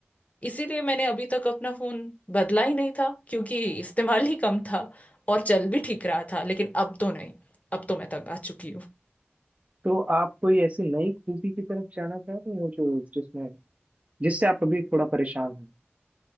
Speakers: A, on the left; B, on the right.
A: इसीलिए मैंने अभी तक अपना फोन बदला ही नहीं था क्योंकि इस्तेमाल ही कम था और चल भी ठीक रहा था लेकिन अब तो नहीं अब तो मैं तंग आ चुकी हूँ
B: तो आप कोई ऐसी नई खूबी की तरफ जाना चाह रहे हो जो जिसमें जिससे आप अभी थोड़ा परेशान हैं